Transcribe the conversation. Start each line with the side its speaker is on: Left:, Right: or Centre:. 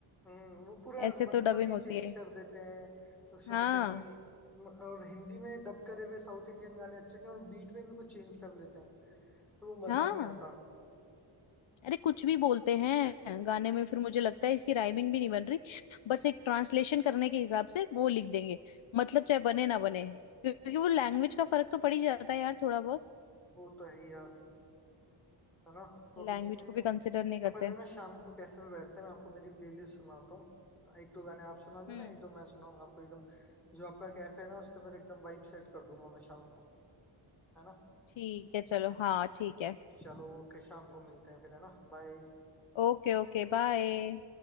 Centre: हम्म, वो पूरा
Left: ऐसे
Centre: मतलब
Left: तो डबिंग
Centre: ही
Left: होती
Centre: चेंज
Left: है
Centre: कर देते हैं उसमें
Left: हाँ
Centre: पता नहीं म- और हिंदी में डब करे हुए साउथ इंडियन गाने अच्छे नहीं और बीट में भी कुछ चेंज कर लेते हैं तो वो मजा
Left: हाँ
Centre: नहीं आता
Left: अरे कुछ भी बोलते हैं गाने में फिर मुझे लगता है इसकी राइमिंग भी नहीं बन रही बस एक ट्रांसलेशन करने के हिसाब से वो लिख देंगे मतलब चाहे बने ना बने क्योंकि वो लैंग्वेज का फर्क तो पड़ ही जाता है यार थोड़ा बहुत
Centre: वो तो है ही यार है ना तो अब इसमें
Left: लैंग्वेज को भी कंसिडर नहीं
Centre: अपन
Left: करते
Centre: है ना शाम को कैफे पे बैठते हैं मैं आपको मेरी प्लेलिस्ट सुनाता हूँ तो एक दो गाने आप सुना देना
Left: हम्म
Centre: एक दो मैं सुनाऊंगा आपको एकदम जो आपका कैफे है ना उसके अंदर एकदम वाइब सेट कर दूंगा मैं शाम को है ना
Left: ठीक है चलो हाँ ठीक है
Centre: चलो ओके शाम को मिलते हैं फिर है ना बाय
Left: Okay okay bye